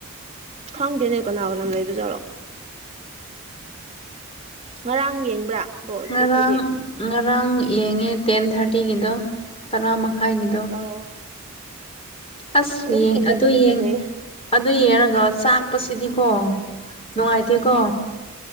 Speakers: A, on the right; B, on the left.
A: ꯈꯪꯗꯦꯅꯦ ꯀꯅꯥ ꯀꯅꯥ ꯂꯩꯕ ꯖꯥꯠꯂꯣ ꯉꯔꯥꯡ ꯌꯦꯡꯕ꯭ꯔꯥ ꯕꯣꯜ ꯏꯆꯦ
B: ꯉꯔꯥꯡ
A: ꯑꯩꯈꯣꯏꯗꯤ
B: ꯉꯔꯥꯡ ꯌꯦꯡꯉꯦ ꯇꯦꯟ ꯊꯥꯔꯇꯤꯒꯤꯗꯣ ꯇꯔꯥꯃ ꯈꯥꯏꯒꯤꯗꯣ
A: ꯑꯧ
B: ꯑꯁ
A: ꯑꯗꯨꯝ
B: ꯌꯦꯡ
A: ꯐꯖꯕꯨꯗꯤ
B: ꯑꯗꯨ ꯌꯦꯡ
A: ꯐꯖꯩꯌꯦ
B: ꯑꯗꯨ ꯌꯦꯡꯔꯒ ꯆꯥꯛꯄꯁꯤꯗꯤꯀꯣ ꯅꯨꯡꯉꯥꯏꯇꯦꯀꯣ